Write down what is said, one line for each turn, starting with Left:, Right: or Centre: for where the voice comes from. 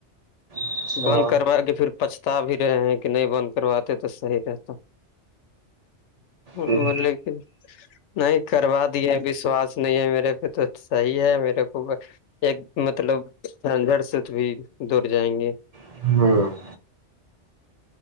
Right: اچھا
Left: بند کروا کے پھر پچھتا بھی رہے ہیں کہ نہیں بند کرواتے تو صحیح رہتا ہ
Right: ہوں
Left: بولے کہ نہیں کروا دیے وشواس نہیں ہے میرے پہ تو صحیح ہے میرے کو ایک مطلب جھنجھڑ سے تو بھی دور جائیں گے
Right: ہاں